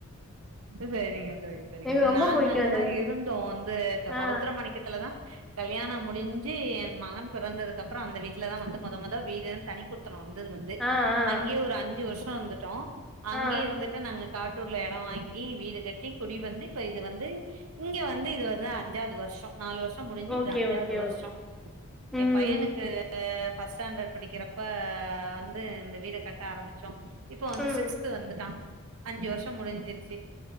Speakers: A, on the right (about 75°); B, in the centre.
A: செரிங்க தோழி செரிங்க
B: எனக்கு
A: தோழி
B: ரொம்ப
A: நாங்க
B: புடிக்கு
A: அங்கதா
B: அந்த ஊர்
A: இருந்தோ வந்து த
B: ஆ
A: பவு த்துர மாணிக்கத்துலதா கல்யாணம் முடிஞ்சி என் மகன் பிறந்ததுக்குப்புறோ அந்த வீட்டுலதா வந்து மொதொ மொதொ வீடுன் தனி குடி த்தனோ வந்தது வந்து
B: ஆ ஆ
A: அங்கியே ஒரு அஞ்சு வருஷோ இந்துட்டோ அங்கியே
B: ஆ
A: இருந்துட் டு நாங்க காட்டூர்ல எடோ வாங்கி வீடு கட்டி குடி வந்து இப்ப இது வந்து இங்க வந்து இது வதா அஞ்சாவ்து வருஷோ நாலு வருஷோ முடிஞ்சி
B: ஓகே
A: இது அஞ்சாவது
B: ஓகே
A: வருஷோ.
B: ஓகே ம்
A: எ பையனுக்கு ஃபஸ்ட் ஸ்டாண்டடு படிக்கிறப்ப வந்து இந்த வீடு கட்ட ஆரம்பிச்சோ. இப்போ வந்து
B: ம்
A: சிக்ஸ்து வந்துட்டா அஞ்சு வர்ஷோ முடிஞ்சிருச்சி.